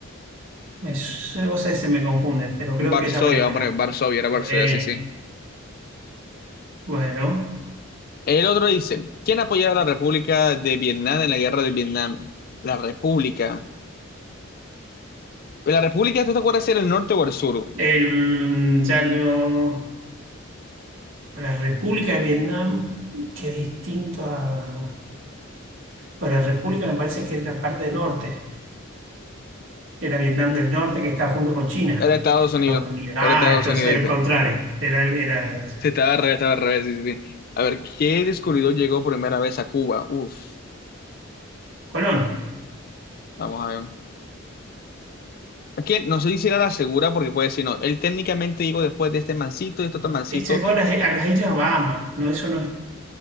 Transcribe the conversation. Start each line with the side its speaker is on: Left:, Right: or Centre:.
Right: Me, su- vos sabés, se me confunde, pero creo
Left: Varsovia,
Right: que es la primera.
Left: vamos a poner Varsovia, era Varsovia,
Right: Eh,
Left: sí, sí.
Right: bueno,
Left: El otro dice, ¿quién apoyaba a la República de Vietnam en la guerra de Vietnam? La República. Pues ¿La República, tú te acuerdas si era el norte o el sur?
Right: el, mm, ya lo- la República de Vietnam, que es distinto a... Bueno, la República me parece que es la parte del norte, era Vietnam del norte que está junto con China,
Left: Era Estados
Right: Estados
Left: Unidos,
Right: Unidos. Ah,
Left: era Estados
Right: entonces
Left: Unidos,
Right: era
Left: ¿viste?
Right: el contrario, era, era
Left: Sí, estaba al revés, estaba al revés, sí, sí. sí. A ver, ¿qué descubridor llegó primera vez a Cuba? Uf,
Right: Colón.
Left: vamos a ver. Es que no sé si era la segura, porque puede decir, no, él técnicamente llegó después de este mancito y este otro mancito.
Right: Este llegó a las, a las Islas Bahamas, no, eso no es